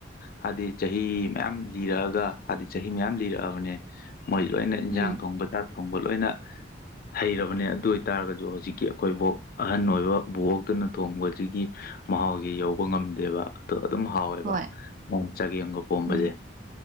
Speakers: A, on the left (about 50°); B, on the right (about 45°).
A: ꯍꯥꯏꯗꯤ ꯆꯍꯤ ꯃꯌꯥꯝ ꯂꯤꯔꯛꯑꯒ ꯍꯥꯏꯗꯤ ꯆꯍꯤ ꯃꯌꯥꯝ ꯂꯤꯔꯛꯑꯕꯅꯦ ꯃꯣꯏ ꯂꯣꯏꯅ ꯏꯟꯖꯥꯡ
B: ꯎꯝ
A: ꯊꯣꯡꯕ ꯆꯥꯛ ꯊꯣꯡꯕ ꯂꯣꯏꯅ ꯍꯩꯔꯕꯅꯦ ꯑꯗꯨ ꯑꯣꯏꯇꯥꯔꯒꯖꯨ ꯍꯧꯖꯤꯛꯀꯤ ꯑꯩꯈꯣꯏ ꯕꯣꯛ ꯑꯍꯟ ꯑꯣꯏꯕ ꯕꯣꯛꯇꯨꯅ ꯊꯣꯡꯕꯖꯤꯒꯤ ꯃꯍꯥꯎꯒꯤ ꯌꯧꯕ ꯉꯝꯗꯦꯕ ꯑꯗꯣ ꯑꯗꯨꯝ ꯍꯥꯎ ꯑꯦꯕ
B: ꯍꯣꯏ
A: ꯆꯒꯦꯝꯒ ꯄꯣꯝꯕꯖꯦ
B: ꯎꯝ